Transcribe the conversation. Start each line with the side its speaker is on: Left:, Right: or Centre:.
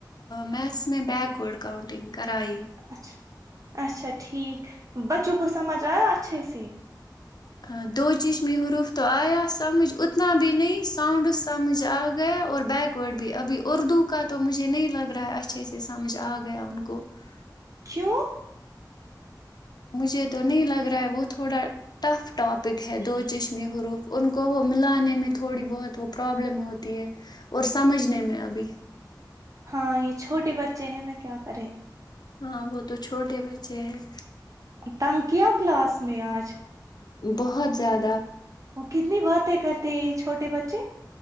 Left: میتھس میں بییک وورڈ کاؤنٹنگ کرائیی
Right: اچھا اچھاچ ٹھیک بچوں کو سمجھ آیا اچھے سے
Left: <inaudible>
Right: کیوں
Left: <inaudible>
Right: ہاں یہ چھوٹے بچے ہیں نا کیا کرے
Left: ہاں وہ تو چھوٹے بچے ہیں
Right: تن کیا کلاس میں آج
Left: بہت زیادہ
Right: وہ کتنی باتیں کرتے یہ چھوٹے بچے